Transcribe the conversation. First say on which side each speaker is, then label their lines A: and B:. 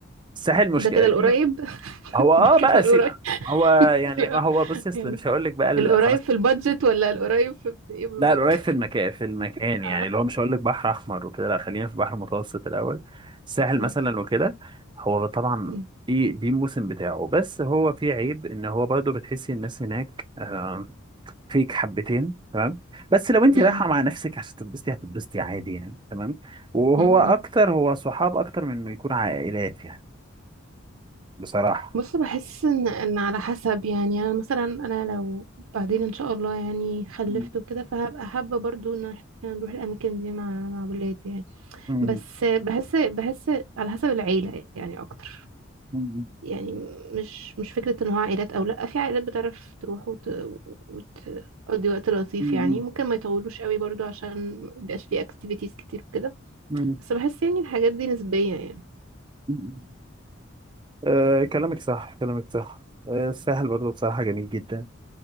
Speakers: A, on the right (about 20°); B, on the right (about 85°).
A: الساحل مشكلة
B: ده كده القريب
A: في
B: <laughs>
A: هو اه
B: ده
A: بقى
B: كده القريب
A: سيب هو يعني
B: لا
A: ما هو بص يا أصل
B: يعني
A: مش هقول لك بقى ال-
B: القريب
A: خلاص
B: في البادجت ولا القريب في, في ايه بالظبط
A: لا القريب في المكان في المكان
B: آه.
A: يعني اللي هو مش هقول لك بحر احمر وكده لا خلينا في بحر متوسط الاول الساحل
B: يس
A: مثلا وكده هو طبعا
B: مم.
A: دي دي الموسم بتاعه بس هو فيه عيب ان هو برضه بتحسي الناس هناك آه، فيك حبتين تمام بس لو انت
B: مم.
A: رايحه مع نفسك عشان تتبسطي هتتبسطي عادي يعني تمام وهو
B: مم.
A: اكتر هو صحاب اكتر من انه يكون عائلات يعني بصراحه
B: بص بحس ان ان على حسب يعني انا مثلا انا لو بعدين ان شاء الله يعني خلفت
A: مم.
B: وكده فهبقى حابه برضو ان احنا نروح الاماكن دي مع مع ولادي يعني
A: مم.
B: بس بحس بحس على حسب العيله يعني اكتر
A: مم.
B: يعني مش مش فكرة ان هو عائلات او لا في عائلات بتعرف تروح وت... وتقضي وقت لطيف
A: مم.
B: يعني ممكن ما يطولوش قوي برضو عشان مبيبقاش فيه اكتيفيتيز كتير وكده
A: مم.
B: بس بحس يعني الحاجات دي نسبية يعني
A: مم. أه كلامك صح كلامك صح أه الساحل برضه بصراحة جميل جدا